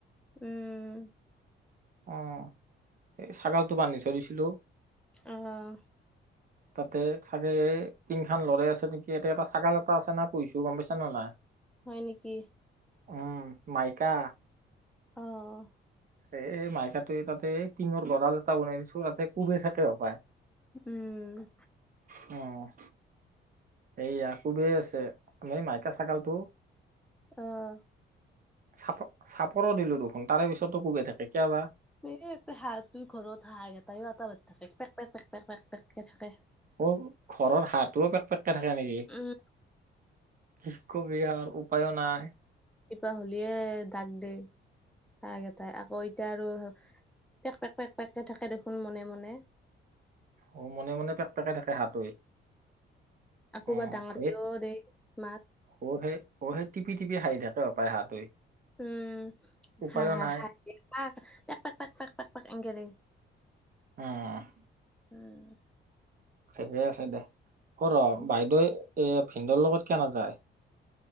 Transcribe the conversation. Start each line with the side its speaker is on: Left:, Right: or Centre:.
Centre: উম।
Right: উম, সেই ছাগালটো বান্ধি থৈ দিছিলোঁ
Centre: উম।
Right: তাতে ছাগে এই টিং খান লৰাই আছে নেকি? ইয়াতে এটা ছাগাল এটা আছে না, পোহিছোঁ গ'ম পাইছানা নাই?
Centre: হয় নেকি?
Right: উম, মাইকা।
Centre: অ'।
Right: এ এই মাইকাটোৱে তাতে টিঙৰ গঁড়াল এটা বনাই দিছোঁ, তাতে কোবে থাকে হ'ব পায়।
Centre: উম।
Right: অ'। এইয়া কোবেই আছে, এই মাইকা ছাগালটো।
Centre: অ'।
Right: চাপৰ চাপৰো দিলোঁ দেখোন, তাৰে পিছতো কোবেই থাকে কিয়া বা?
Centre: এ ইয়াতে হাঁহতুই ঘৰত হাঁহ গেটাইও আটা পৰি থাকে, পেক, পেক, পেক পেক, পেক, পেককে। থাকে।
Right: অ' ঘৰৰ হাঁহোও পেক পেককে থাকে নেকি?
Centre: উম,
Right: কি কবি আৰ উপায়ো নাই।
Centre: ৰাতিপুৱা হলিয়ে দাগ দে, হাঁহ গেটাই, আকৌ এতিয়া আৰুহ পেক, পেক, পেক, পেককে থাকে দেখোন মনে, মনে।
Right: অ', মনে-মনে পেক-পেকাই থাকে হাঁহটোই।
Centre: আকোবাৰ
Right: অ
Centre: ডাঙৰ
Right: সেই
Centre: কেও দেই, মাত।
Right: অ', হেই, অ'হেই টিপি-টিপি হাঁহি থাকে হ'ব পায় হাঁহটোই।
Centre: উম,
Right: উপায়ো
Centre: হা, হায়,
Right: নাই
Centre: হাঁহি পাক, পেক, পেক, পেক, পেক, পেক, পেক এনকে দেই।
Right: উম।
Centre: উম।
Right: ঠিকে আছে দেহ, ও'ৰ অ',
Centre: উম,
Right: বাইদেউ এ ভিনদোৰ লগত কিয় নাযায়?